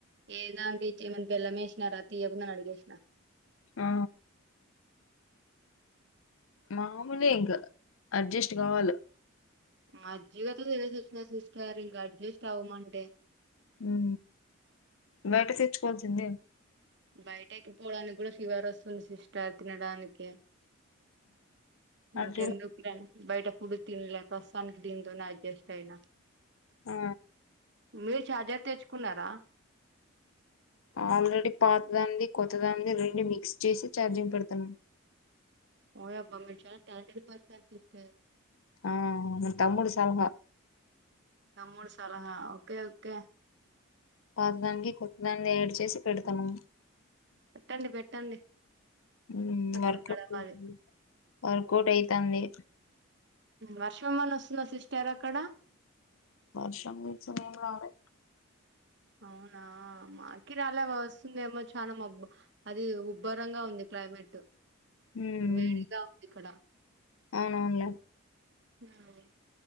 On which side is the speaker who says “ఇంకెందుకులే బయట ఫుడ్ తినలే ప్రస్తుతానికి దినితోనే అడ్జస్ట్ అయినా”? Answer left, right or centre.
Right